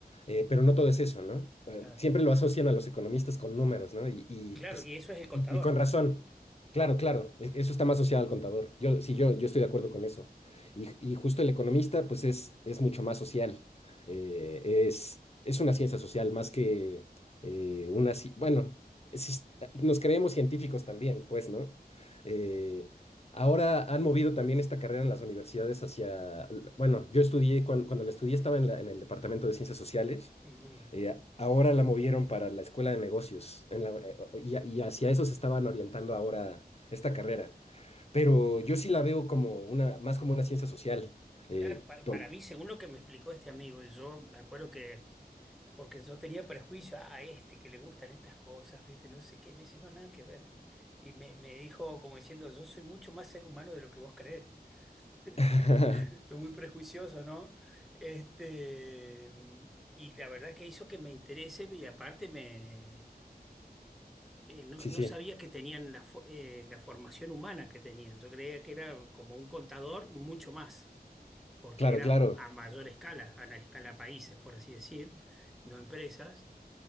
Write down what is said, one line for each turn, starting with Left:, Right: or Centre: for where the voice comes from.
Left: eh, pero no todo es eso, ¿no? Eh,
Centre: Claro.
Left: siempre lo asocian a los economistas con números, ¿no? Y, y,
Centre: Claro,
Left: pues,
Centre: y eso es el contador.
Left: y, y con razón. Claro, claro, e- eso está más asociado al contador. Yo, sí, yo, yo estoy de acuerdo con eso. Y, y justo el economista, pues es, es mucho más social. Eh, es, es una ciencia social más que eh, una... ci- Bueno, sí, nos creemos científicos también, pues, ¿no? Eh, Ahora han movido también esta carrera en las universidades hacia, bueno, yo estudié, cuan- cuando, la estudié estaba en, la- en el Departamento de Ciencias Sociales,
Centre: Mm,
Left: eh, ahora la movieron para la Escuela de Negocios en la- eh, o- y, a- y hacia eso se estaban orientando ahora esta carrera, pero yo sí la veo como una, más como una ciencia social. eh,
Centre: Claro, para,
Left: ton-
Centre: para mí, según lo que me explicó este amigo, yo me acuerdo que, porque yo tenía prejuicio, ah, a este que le gustan estas cosas, viste, no sé qué, me dice, no, nada que ver. Y me, me dijo como diciendo, yo soy mucho más ser humano de lo que vos crees. <laughs>
Left: <laughs>
Centre: Soy muy prejuicioso, ¿no? Este, y la verdad que hizo que me interese y aparte me... eh, no,
Left: Sí,
Centre: no
Left: sí,
Centre: sabía que tenían la, fo- eh, la formación humana que tenían. Yo creía que era como un contador mucho más, porque
Left: claro,
Centre: era
Left: claro,
Centre: m- a mayor escala, a la escala países, por así decir, no empresas.